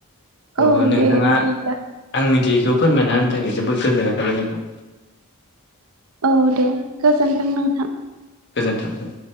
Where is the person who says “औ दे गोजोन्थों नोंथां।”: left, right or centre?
Right